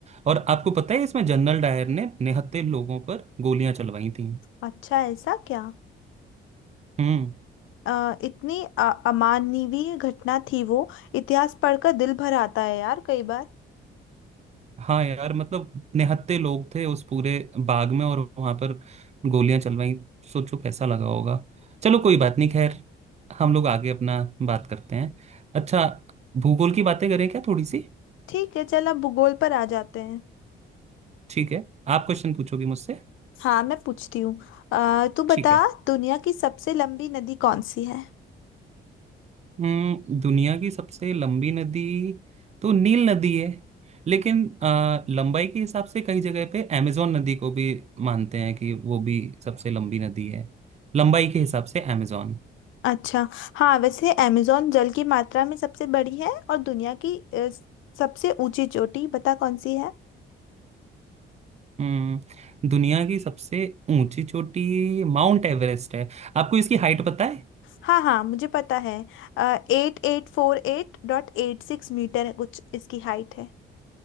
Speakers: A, on the right; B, on the left.
A: और आपको पता है इसमें जनरल डायर ने निहत्थे लोगों पर गोलियां चलवाई थी
B: अच्छा ऐसा क्या
A: हम्म
B: अ, इतनी अ- अमानवीय घटना थी वो इतिहास पढ़कर दिल भर आता है यार कई बार
A: हाँ यार मतलब निहत्थे लोग थे उस पूरे बाग में और वहां पर गोलियां चलवाई सोचो कैसा लगा होगा चलो कोई बात नहीं खैर हम लोग आगे अपना बात करते हैं अच्छा भूगोल की बातें करें क्या थोड़ी सी
B: ठीक है चल अब भूगोल पर आ जाते हैं
A: ठीक है आप क्वेश्चन पूछोगी मुझसे
B: हाँ मैं पूछती हूँ अ, तू
A: ठीक
B: बता
A: है
B: दुनिया की सबसे लंबी नदी कौन सी है
A: हम्म, दुनिया की सबसे लंबी नदी तो नील नदी है लेकिन अ, लंबाई के हिसाब से कई जगह पे अमेजोन नदी को भी मानते हैं कि वो भी सबसे लंबी नदी है लंबाई के हिसाब से अमेजोन
B: अच्छा हाँ वैसे अमेज़न जल की मात्रा में सबसे बड़ी है और दुनिया की अ, सबसे ऊंची चोटी बता कौन सी है
A: हम्म दुनिया की सबसे ऊंची चोटी माउंट एवरेस्ट है आपको इसकी हाइट पता है
B: हाँ हाँ मुझे पता है Eight eight four eight dot eight six metre है कुछ इसकी हाइट है